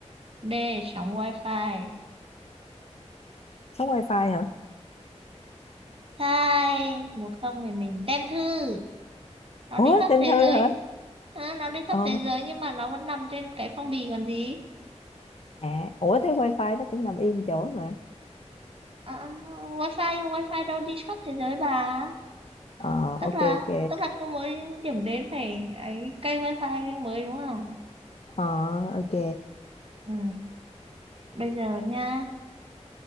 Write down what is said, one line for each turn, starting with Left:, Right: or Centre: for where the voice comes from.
Right: D. Sóng wifi
Left: sống wifi hả?
Right: Sai Một không về mình Tem thư Nó
Left: Ủa,
Right: đi khắp
Left: tên
Right: thế
Left: Thư
Right: giới
Left: hả?
Right: Ờ, Nó đi khắp
Left: Ờ,
Right: thế giới nhưng mà nó vẫn nằm trên cái phong bì còn gì
Left: à, ủa thế wifi nó cũng nằm yên chỗ mà.
Right: Ờ, Wifi nhưng mà wifi đâu đi khắp thế giới bà
Left: Ờ,
Right: Tức
Left: ok
Right: là
Left: ok.
Right: Tức là cứ mỗi điểm đến phải ấy, cây wifi mới đúng không
Left: Ờ, ok.
Right: ừ. Bây giờ nha